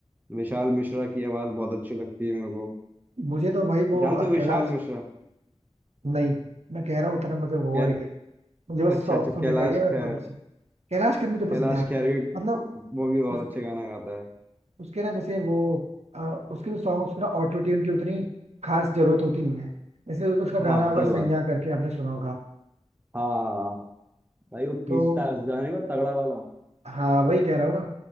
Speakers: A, on the right; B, on the right.
A: विशाल मिश्रा की आवाज बहुत अच्छी लगती है मेरे को
B: मुझे तो भाई वो
A: जानते हो विशाल
B: कैलाश
A: मिश्रा
B: नहीं मैं कह रहा हूँ उतना मुझे वो
A: क्या
B: आइडिया मुझे बस
A: अच्छा
B: सॉन्ग
A: अच्छा
B: सुनने
A: कैलाश
B: का आइडिया मैं प्रोफेशन
A: खेर
B: कैलाश खेर मुझे
A: कैलाश
B: पसंद है यार
A: खेर भी
B: मतलब
A: वो भी बहुत
B: उस,
A: अच्छे गाना गाता है
B: उसके ना जैसे वो अ, उसके भी सॉन्ग्स ना ऑटो ट्यून की उतनी खास जरूरत होती नहीं है जैसे उसका
A: हाँ
B: गाना होगा
A: सही
B: सैया
A: बात
B: करके आपने सुना होगा
A: हाँ भाई वो खींचता
B: तो
A: है उस गाने को तगड़ा वाला
B: हाँ वही कह रहा हूँ ना